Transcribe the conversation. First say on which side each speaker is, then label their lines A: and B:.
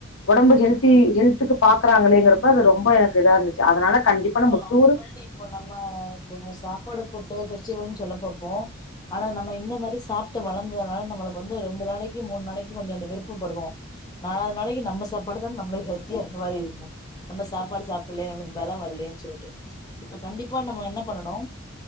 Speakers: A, on the left; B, on the left.
A: உடம்பு ஹெல்த்தி ஹெல்த்துக்கு பாக்கறாங்களேங்கிறப்ப அது ரொம்ப எனக்கு இதா இருந்துச்சு அதனால கண்டிப்பான நம்ம
B: அங்க
A: டூர்
B: வந்து இப்ப நம்ம இப்ப சாப்பாடு ஃபுட் சொல்ல போப்போம் ஆனா நம்ம இந்த மாதிரி சாப்பிட்டு வளர்ந்ததுனால நம்ம வந்து ரெண்டு நாளைக்கு மூணு நாளைக்கு கொஞ்சம் அந்த விருப்பப்படுவோம் நாலாவது நாளைக்கு நம்ம சாப்பாடு தான் நம்ம ஹெல்த்தியா இருக்க மாதிரி இருக்கும் நம்ம சாப்பாடு சாப்பிடலைய வில வரலன்னு சொல்லிட்டு இப்ப கண்டிப்பா நம்ம என்ன பண்ணனும்